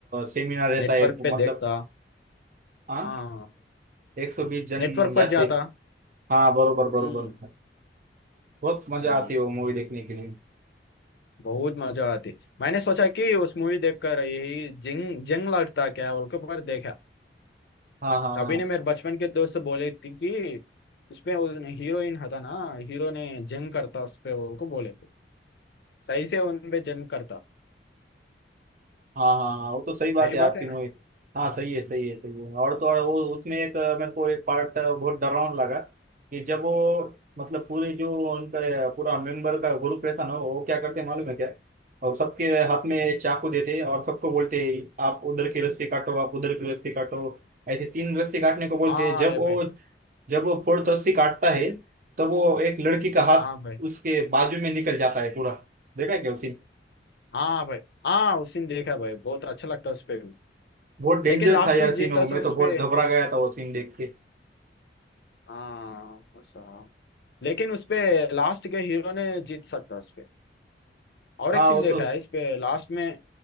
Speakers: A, on the right; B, on the left.
A: सेमिनार रहता
B: नेटवर्क
A: है
B: पे
A: मतलब
B: देखता
A: हाँ
B: हाँ
A: एक सौ बीस जन
B: नेटवर्क
A: जाते
B: पर जाता
A: हैं। हाँ बरोबर
B: हम्म
A: बरोबर बहुत मजा
B: हम्म,
A: आती है वो मूवी देखने के लिए
B: बहुत मजा आती मैंने सोचा कि उस मूवी देखकर यही जंग जंग लड़ता क्या बोल के पर देखा
A: हाँ हाँ
B: अभी
A: हाँ
B: ने मेरे बचपन के दोस्त बोले थे कि उसपे उस हीरोइन था ना हीरो ने जंग करता उस पे उनको बोले थे सही से उन पे जंग करता
A: हाँ हाँ हाँ वो तो सही बात
B: सही
A: है
B: बात
A: आपकी
B: है
A: मोहित
B: ना
A: हाँ सही है सही है सही है और तो और वो उसमें एक अ, मेरे को एक पार्ट बहुत डरावना लगा कि जब वो मतलब पूरे जो उनका अ, पूरा मेंबर का ग्रुप रहता ना वो क्या करते मालूम है क्या और सबके हाथ में चाकू देते और सबको बोलते आप उधर की रस्सी काटो आप उधर की रस्सी काटो ऐसे तीन रस्सी काटने को बोलते
B: हाँ
A: हैं जब
B: ये
A: वो
B: भाई
A: जब वो फोर्थ रस्सी काटता है तब वो एक लड़की का हाथ
B: हाँ भाई
A: उसके बाजू में निकल जाता है पूरा देखा है क्या उसी
B: हाँ भाई हाँ उस दिन देखा भाई बहुत अच्छा लगता है उस पे भी
A: बहुत डेंजर
B: लेकिन लास्ट
A: था यार
B: में
A: सीन
B: जीतता
A: वो
B: से
A: मैं
B: उस
A: तो बहुत
B: पे
A: घबरा गया था वो सीन देख के
B: हाँ साहब लेकिन उस पे लास्ट के हीरो ने जीत सकता उस पे और
A: हाँ
B: एक सीन
A: वो
B: देखा
A: तो
B: है इस पे लास्ट में